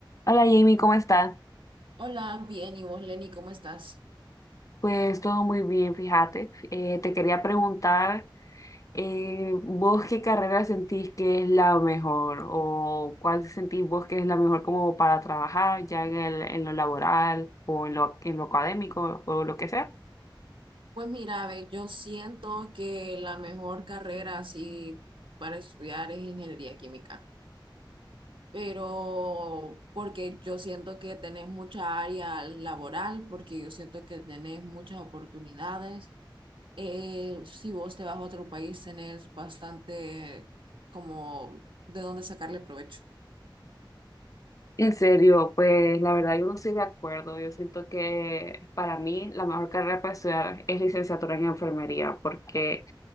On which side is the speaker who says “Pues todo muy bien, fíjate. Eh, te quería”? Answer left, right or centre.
Left